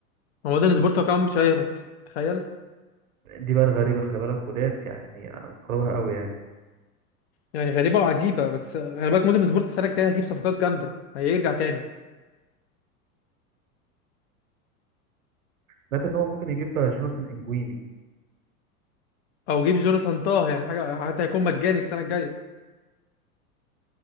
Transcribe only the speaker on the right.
دي بقى الغريبة خلي بالك وديت يعني أنا مستغربها قوي يعني
سمعت إن هو ممكن يجيب بقى جوناثان إنجويني